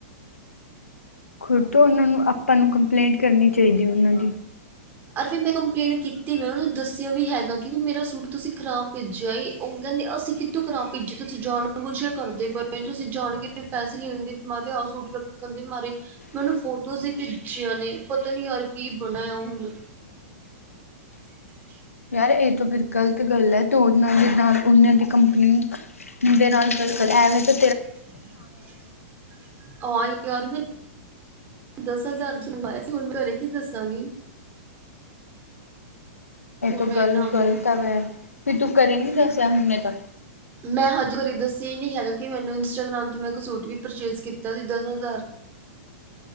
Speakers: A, on the left (about 85°); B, on the right (about 30°).
A: ਖੁਦ ਤੋਂ, ਉਹਨਾਂ ਨੂੰ, ਆਪਾਂ ਨੂੰ ਕੰਪਲੇਂਟ ਕਰਨੀ ਚਾਹੀਦੀ ਉਹਨਾਂ ਦੀ।
B: ਅਰ ਫਿਰ ਮੈਂ ਕੰਪਲੇਂਨ ਕੀਤੀ। ਮੈਂ ਉਹਨੂੰ ਦੱਸਿਆ ਵੀ ਹੈਗਾ, ਕਿ ਵੀ ਮੇਰਾ ਸੂਟ ਤੁਸੀਂ ਖ਼ਰਾਬ ਭੇਜਿਆ ਏ। ਉਹ ਕਹਿੰਦੇ, ਅਸੀਂ ਕਿੱਥੋਂ ਖਰਾਬ ਭੇਜੇ‌ ਤੁਸੀਂ ਜਾਣ-ਬੁਝ ਕੇ ਕਰਦੇ ਪਏ, ਤੁਸੀਂ ਜਾਣਕੇ ਪੈਸੇ ਲੈਣ ਦੇ ''ਮੈਂ ਤੇ ਆਹ ਸੂਟ ਰੱਖਣ ਦੀ ਮਾਰੀ ਮੈਨੂੰ ਓਹਨੁੰ ਫੋਟੋਜ਼ ਹੀ ਭੇਜੀਆਂ ਨੇ, ਪਤਾ ਨੀ ਯਾਰ ਕੀ ਬਣਾਇਆ ਹੁਣ। <inaudible>
A: ਯਾਰ ਏ ਤੋ ਫਿਰ ਗ਼ਲਤ ਗੱਲ ਐ, ਤੇ ਉਹਨਾਂ ਦੇ ਨਾਲ ਉਹਨਾਂ ਦੀ ਕੰਪਨੀ ਦੇ ਨਾਲ ਗ਼ਲ ਕਰ, ਐਵੇਂ ਤਾ
B: <unintelligible> ਆਂ ਯਾਰ, ਮੈਂ ਦਸ-ਹਜ਼ਾਰ'ਚ ਮੰਗਾਇਆ ਸੀ, ਹੁਣ ਘਰੇ ਕੀ ਦੱਸਾਂਗੀ?
A: ਇਹ
B: ਹੁਣ
A: ਤੋ
B: ਮੇਰੇ
A: ਗਲ
B: ਨਾਮ
A: ਗਲਤ
B: ਦੇ
A: ਵੈ, ਫਿਰ ਤੂ ਘਰੇ ਨੀ ਦੱਸਿਆ ਹੁੱਨੇ ਤੱਕ?
B: ਮੈਂ ਹਜੇ ਘਰੇ ਦੱਸਿਆ ਹੀ ਨਹੀਂ ਹੈਗਾ, ਕਿ ਮੈਨੂੰ ਇੰਸਟਾਗ੍ਰਾਮ ਤੋਂ ਮੈਂ ਇੱਕ ਸੂਟ ਵੀ ਪਰਚੇਜ ਕੀਤਾ ਸੀ, ਦਸ ਹਜ਼ਾਰ